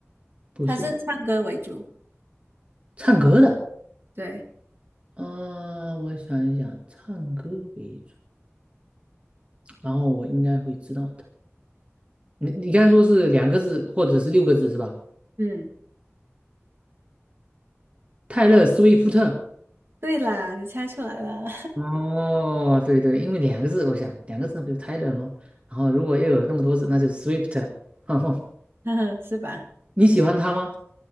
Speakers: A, on the right; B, on the right.
A: 不是，
B: 他是唱歌为主，
A: 唱歌的。
B: 对。
A: 啊，我想一想，唱歌为主，然后我应该会知道的。你你刚才说是两个字或者是六个字是吧？
B: 嗯。
A: 泰勒·斯威夫特。
B: 对啦，你猜出来了，
A: 哦，对对，因为两个字，我想两个字那不就 Tyler 吗？然后如果又有那么多字，那就是 Swift。<laughs> 哈，
B: <laughs> 是吧？
A: 你喜欢他吗？